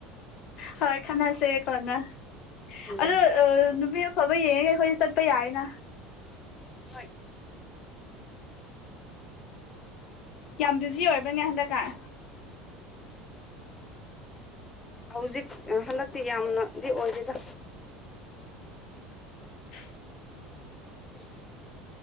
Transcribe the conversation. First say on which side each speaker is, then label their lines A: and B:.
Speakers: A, on the left; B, on the left.
A: ꯍꯣꯏ ꯈꯟꯅꯁꯦ ꯀꯣꯅ
B: ꯎꯝ
A: ꯑꯗꯣ ꯅꯨꯄꯤ ꯑꯐꯕ ꯌꯦꯡꯉꯒ ꯑꯩꯈꯣꯏꯁꯨ ꯆꯠ ꯇꯨ ꯌꯥꯏꯅ
B: ꯍꯣꯏ
A: ꯌꯥꯝ ꯕꯤꯖꯤ ꯑꯣꯏꯕ꯭ꯔꯅꯦ ꯍꯟꯗꯛꯀꯥꯟ
B: ꯍꯧꯖꯤꯛ ꯍꯟꯗꯛꯇꯤ ꯌꯥꯝꯅꯗꯤ ꯑꯣꯏꯗꯦꯗ
A: <inaudible>
B: ꯎꯝ <inaudible>